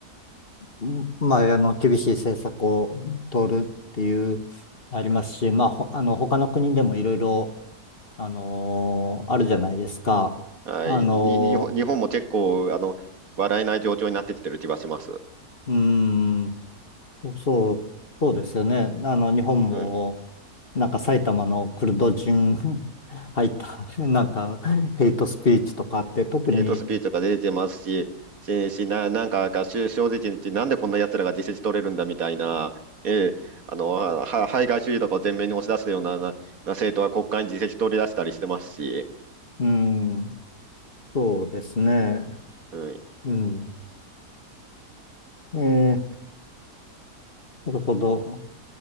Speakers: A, on the left; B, on the right.
A: ーまあ、あの、厳しい政策を取るっていう、ありますし、まあ、ほあの、他の国でもいろいろ、あのーあるじゃないですか。
B: はい、
A: あのー
B: にに日本日本も結構、あの、笑えない状況になってきてる気がします。
A: うーん、そう、そうですよね。あの、日本も、
B: うん。
A: なんか埼玉のクルド人 <laughs> 入った、<laughs> なんかヘイトスピーチとかあって、特に、
B: ヘイトスピーチとか出てますし、し、しな、なんか、が正直に、なんでこんな奴らが自席取れるんだみたいな、ええ、あの、は、は排外主義とかを前面に押し出すような、な、な政党は国会に自席取り出したりしてますし、
A: うん、そうですね。
B: うん。
A: うん。えー、なるほど。